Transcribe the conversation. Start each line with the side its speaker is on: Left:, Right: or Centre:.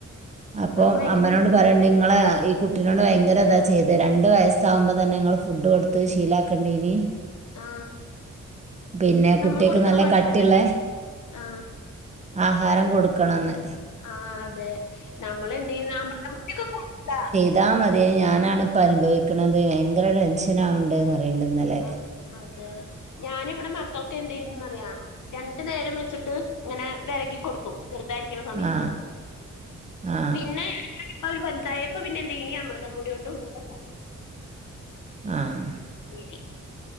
Right: അപ്പൊ
Left: അത് ഭയങ്കര
Right: അമ്മനോട്
Left: ബുദ്ധിമുട്ടാണ്.
Right: പറയണ്ടെ ഇങ്ങളെ ഈ കു കുട്ടിനോട് ഭയങ്കര ഇതാ ചെയ്തെ രണ്ട് വയസ്സാവുമ്പോം തന്നെ ഇങ്ങള് ഫുഡ് കൊടുത്ത് ശീലാക്കേണ്ടീനി.
Left: ആ.
Right: പിന്നെ കുട്ടിയാക്ക്
Left: നമ്മള് കൊടുക്കണ
Right: നല്ല
Left: ഭക്ഷണം
Right: കട്ടിയി
Left: തന്നെ
Right: ള്ളേ
Left: ആ
Right: ആഹാരം കൊടുക്കണംന്ന്.
Left: ആ അതെ. നമ്മളെന്ത്യയുന്ന അമൃതം പൊടിക്കെ കൊടുത്താ?
Right: ഇതാ മതി ഞാനാണ്പ്പ അനുഭവിക്കണത് ഭയങ്കര ടെൻഷനാവണ്ട്ന്ന്റ പറണ്ടന്നലെ.
Left: ആഹ് അതെ. ഞാനിവിടെ മക്കൾക്ക് എന്ത് ചെയ്ന്നെന്നറിയ. രണ്ടു നേരം വെച്ചിട്ട് ഇങ്ങനെ വെരകിക്കൊടുക്കും ചെറുതായിരി ക്കണ സമയത്ത്
Right: ആ ആ
Left: പിന്നെ രിപ്പ അവര് വല്തായപ്പ പിന്നെ എന്തെ ഈ അമൃതം പോടി കൊണ്ട് ഉണ്ടണ്ടാക്കി.
Right: ആഹ്
Left: ശരി